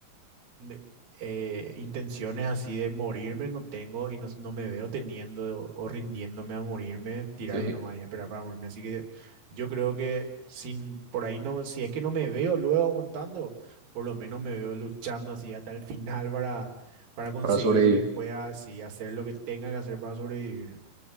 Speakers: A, on the right; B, on the right.
A: de- eh, intenciones así de morirme no tengo y no, no me veo teniendo o, o rindiéndome a morirme, tirarme
B: <laughs> sí,
A: nomás y esperar para morirme. Así que yo creo que sin, por ahí no, si es que no me veo luego aguantando, por lo menos me veo luchando así hasta el final para, para conseguir
B: para sobrevivir.
A: lo que pueda, así, hacer lo que tenga que hacer para sobrevivir.